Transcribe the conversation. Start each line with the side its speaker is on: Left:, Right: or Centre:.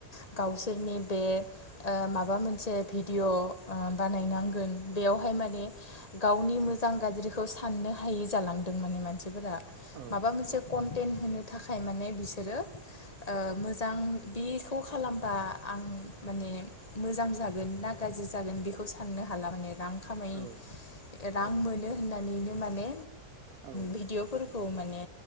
Left: गावसोरनि बे ओ माबा मोनसे भिडिय' ओ बानायनांगोन। बेयावहाय माने गावनि
Right: उम
Left: मोजां गाज्रिख साननो हायि जालांदों माने मानसिफोरा
Right: औ
Left: माबा मोनसे
Right: औ
Left: कनटेन होनो थाखाय माने बिसोरो ओ मोजां बेखौ खालामबा आं माने मोजां जागोन ना गाज्रि जागोन बेखौ साननो हाला माने। रां खामाय
Right: औ
Left: रां
Right: औ
Left: मोनो होननानै माने
Right: औ
Left: भिदिअफोर खौ माने